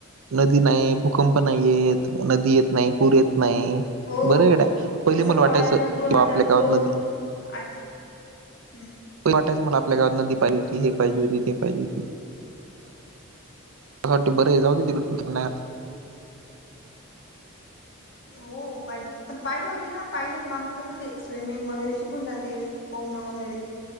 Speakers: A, on the right; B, on the left.
A: नदी नाही, भूकंप नाही येत, नदी येत नाही पुूर येत नाही,
B: हो
A: बरं इकड पहिली
B: तसं
A: मला वाटायचं
B: पाहिल्यानं दोन
A: किं आपल्या
B: हजार
A: गावात
B: दोन
A: नदी
B: आठ, हम्म
A: पुरं वाटायचं मला आपल्या गावात नदी पाहिजे होती, हे पाहिजे होती, ते पाहिजे होती. त्यासाठी बरे जाउदे तिकडे कोकणात.
B: हो पाहिजे, पण पाहिजे होती ना पाहिजेत माणूस कसं ते स्विमिंग वगैरे शिकून जाती. पोहणं वगैरे